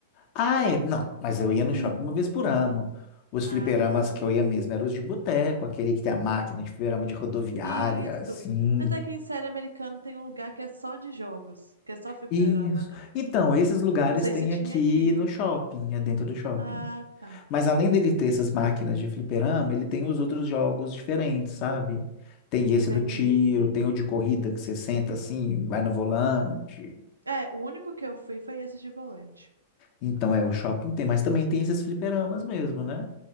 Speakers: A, on the left; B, on the right.
A: Ah, é. Não, mas eu ia no
B: <clears throat>
A: shopping uma vez por ano. Os
B: Ah,
A: fliperamas
B: tá.
A: que eu ia mesmo eram os de boteco, aquele que tem a máquina de fliperama de rodoviária,
B: Isso.
A: assim.
B: Mas aqui em série americana tem um lugar que é só de jogos, que é só fliperama,
A: Isso.
B: né?
A: Então, esses lugares
B: Não sei
A: tem
B: se tinha
A: aqui
B: aqui.
A: no shopping, é dentro do shopping.
B: Ah, tá.
A: Mas além dele ter essas máquinas de fliperama, ele tem os outros jogos diferentes, sabe? Tem
B: Entendi.
A: esse do tiro, tem o de corrida que você senta assim, vai no volante.
B: É, o único que eu fui foi esse de volante.
A: Então, é, o shopping tem, mas também tem esses fliperamas mesmo, né?